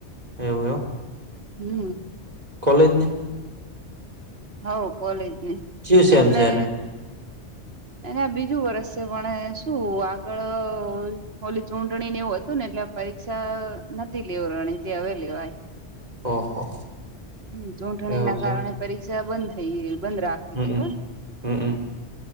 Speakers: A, on the right; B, on the right.
A: એવું એવ.
B: હમ.
A: કોલેજને.
B: હ કોલેજની
A: જીવ સેમ
B: એમને.
A: છે એને
B: એ બીજું વર્ષ છે પણ શું આગળ. ઓલી ચૂંટણી ને એવું હતું ને એટલે પરીક્ષા નથી લેવ રણી તે હવે લેવાય.
A: હ હા.
B: હમ ચૂંટણી
A: એવું
B: ના
A: છે
B: કારણે
A: એમ
B: પરીક્ષા બંધ થઈ બંધ રાખી
A: હમમ
B: હતી પણ.
A: હમમ